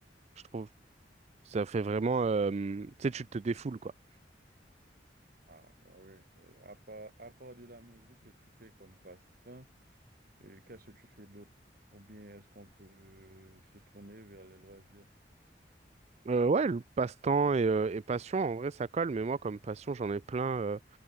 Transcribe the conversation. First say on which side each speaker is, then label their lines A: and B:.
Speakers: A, on the right; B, on the right.
A: je trouve. Ça fait vraiment, euh, tu sais, tu te défoules, quoi.
B: Ah, bah oui. Euh, à part, à part de la musique que tu fais comme passe-temps, euh, qu'est-ce que tu fais d'autre? Ou bien est-ce qu'on peut euh, se tourner vers les loisirs?
A: Euh, ouais, le passe-temps et, euh, et passion, en vrai, ça colle, mais moi, comme passion, j'en ai plein. euh.